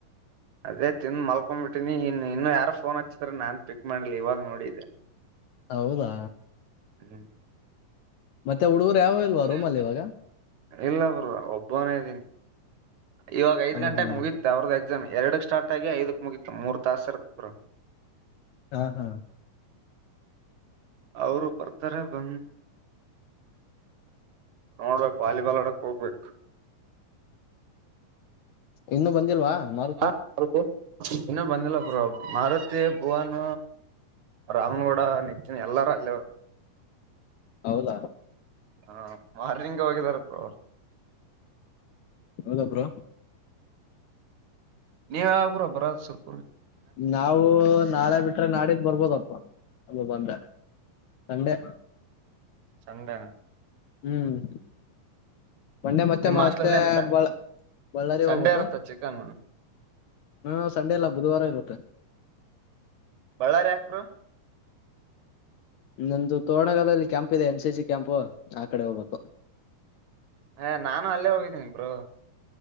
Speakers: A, on the right (about 65°); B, on the left (about 75°).
A: ಅದೇ ತಿಂದ್ ಮಲ್ಕೊಬಿಟ್ಟೀನಿ ಇನ್ನ ಇನ್ನು ಯಾರ ಫೋನ್ ಹಚ್ಚಿದ್ರ ನಾನ್ ಪಿಕ್ ಮಾಡಿಲ್ಲ ಇವಾಗ ನೋಡಿದ್ಯಾ.
B: ಹೌದಾ
A: ಹ್ಮ್
B: ಮತ್ತೆ ಹುಡುಗರು
A: ಮತ್ತೆ
B: ಯಾವು
A: ಹುಡುಗರು
B: ಇಲ್ವಾ ರೂಮ
A: ಯಾವಾಗ
B: ಅಲ್ಲಿ ಇವಾಗ
A: ಇಲ್ಲ ಬ್ರೋ ಒಬ್ಬನೇ ಇದೀನಿ ಇವಾಗ ಐದ್
B: ಹ
A: ಗಂಟೆಗೆ
B: ಹಾ
A: ಮುಗೀತ ಅವ್ರದ ಎಕ್ಸಾಮ್ ಎರಡ ಕ ಎರಡಕ್ ಸ್ಟಾರ್ಟ್ ಆಗಿ ಐದಕ್ ಮುಗೀತ ಮೂರ್ ತಾಸ ಇರುತ್ತ ಬ್ರೋ.
B: ಹಾ ಹಾ
A: ಅವರು ಬರ್ತಾರ ಬಂದ ನೋಡ್ಬೇಕು ವಾಲಿಬಾಲ್ ಆಡಕ್ ಹೋಗ್ಬೇಕ.
B: ಇನ್ನುೂ ಬಂದಿಲ್ವಾ ಮಾರುತಿ.
A: ಹಾ, ಮಾರುತಿ ಇನ್ನೂ ಬಂದಿಲ್ಲ ಬ್ರೋ ಮಾರುತಿ ಭುವನ್ ರಾಮನಗೌಡ. ಕಡ ನಿತ್ತೀನಿ ಎಲ್ಲರ ಅಲ್ಲಿಅವ್ರ.
B: ಹೌದಾ
A: ಹ ಮಾರ್ನಿಂಗ್ ಹೋಗಿದಾರ ಪ ಅವ್ರು.
B: ಹೌದ ಬ್ರೋ.
A: ನೀವು ಯಾವಾಗ ಬ್ರೋ ಬರದ ಸೂರ್...
B: ನಾವು ನಾಳೆ ಬಿಟ್ರೆ ನಾಡಿದ್ದ ಬರ್ಬೋದಪ್ಪ ಅದು ಬಂದ್ರೆ. ಸಂಡೆ
A: ಸಂಡೇ
B: ಹ್ಮ್ ಮಂಡೆ ಮತ್ತೆ
A: ನಿಮ್
B: ಮತ್ತೆ
A: ಹಾಸ್ಟೆಲ್ ಏನ್
B: ಬ ಬಳ್ಳಾರಿ
A: ಸಂಡೇ
B: ಹೋಗ್ಬೇಕು
A: ಇರುತ್ತ ಚಿಕನ್
B: ಹಾ ಸಂಡೆ ಎಲ್ಲ ಬುಧವಾರ ಇರುತ್ತೆ
A: ಬಳ್ಳಾರಿ ಯಾಕ್ರ
B: ನಮ್ದು ತೋರಣಗಾಲದಲ್ಲಿ ಕ್ಯಾಂಪ್ ಇದೆ ಎನ್ ಸಿ ಸಿ ಕ್ಯಾಂಪು ಆ ಕಡೆ ಹೋಗ್ಬೇಕು
A: ಹ ನಾನು ಅಲ್ಲೇ ಹೋಗಿದ್ದೀನಿ ಇಬರು